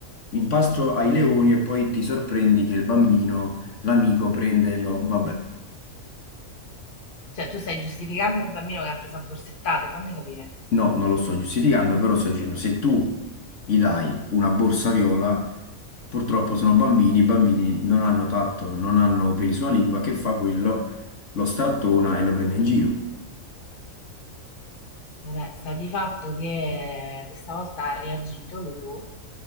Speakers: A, on the left; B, on the left.
A: in pasto ai leoni e poi ti sorprendi che il bambino, l'amico, prende e lo... Vabbè,
B: cioè tu stai giustificando il bambino che ha preso a borsettate, fammi capire.
A: no, non lo sto giustificando, però sto dicendo, se tu gli dai una borsa viola, purtroppo sono bambini, i bambini non hanno tatto, non hanno peli sulla lingua, che fa quello, lo strattona e lo prende in giro.
B: Vabbè, sta di fatto che questa volta ha reagito Lulu